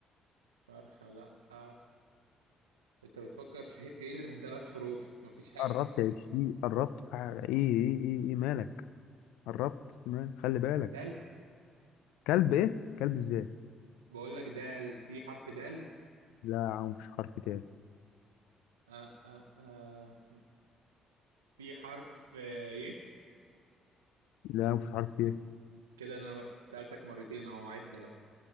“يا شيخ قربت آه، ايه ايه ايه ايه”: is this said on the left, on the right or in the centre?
Left